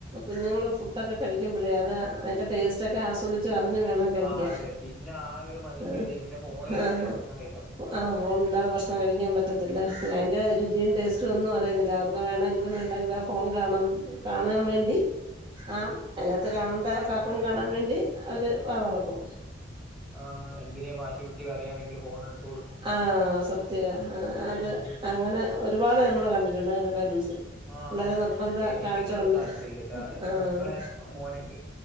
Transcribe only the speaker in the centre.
ആഹ് അതെ പിന്നെ ആ ഒരു മൈൻഡ്
തന്നെ പിന്നെ ഫോണില്ലാതെ
ഭക്ഷണം കഴിക്കാൻ പറ്റും
ഉം
ആഹ്
അതുപോലെ
തന്നെ
ഉം
ആഹ് എന്തിനാ വാശി പിടിച്ച് കയുകയാണെങ്കിൽ ഫോൺ എടുത്തു
ഉം
ആഹ്
എനിക്കതിനോടൊന്നും
താല്പര്യമില്ലട്ടാ എന്റെ
പെങ്ങളെ മോനുണ്ട്